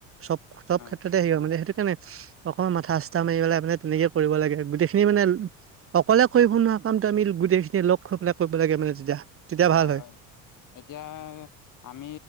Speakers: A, on the right (about 35°); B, on the left (about 55°).
A: চব-চব
B: হয়, হয়,
A: ক্ষেত্ৰতে হে মানে সেইটো। নে অকমান মাথা চাঠা মাৰি পেলাই মানে তেনেকে কৰিব লাগে গোটেইখিনি মানে অকলে কৰিব নোৱাৰে। কামটো আমি গোটেইখিনি লগ হৈ পেলাই কৰিব লাগে মানে তেতিয়া। তেতিয়া
B: হয়,
A: ভাল
B: হয়, এতিয়া। আমি